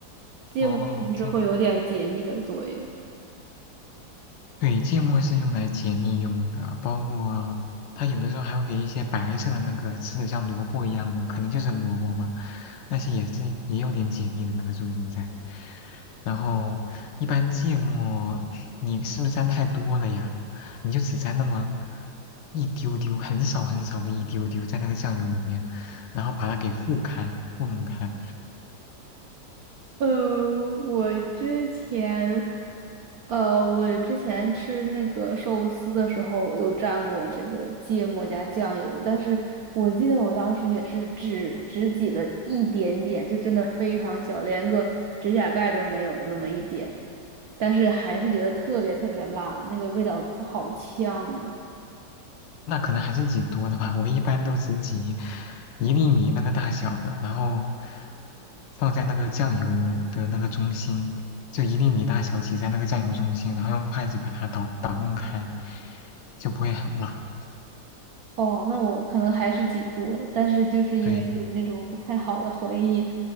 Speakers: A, on the right (about 70°); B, on the left (about 75°).
A: 芥末是不是会有点解腻的作用？
B: 哦，这样。对，芥末是用来解腻用的，包括它有的时候还会给一些白色的那个吃的像萝卜一样的，可能就是萝卜吧，那些也是也有点解腻的那个作用在。然后一般芥末你是不是沾太多了呀？你就只沾那么一丢丢，很少很少的一丢丢在那个酱油里面，然后把它给糊开、糊弄开，
A: 嗯，我之前，呃，我之前吃那个寿司的时候有蘸过这个芥末加酱油，但是我记得我当时也是只只挤了一点点，就真的非常小，连个指甲盖都没有的那么一点，但是还是觉得特别特别辣，那个味道好呛啊。
B: 那可能还是挤多了吧。我一般都只挤一粒米那个大小的，然后放在那个酱油的那个中心，就一粒米大小挤在那个酱油中心，然后用筷子把它捣捣弄开，就不会很辣。
A: 哦，那我可能还是几度了，但是就是因为有那种不太好的回忆，
B: 对。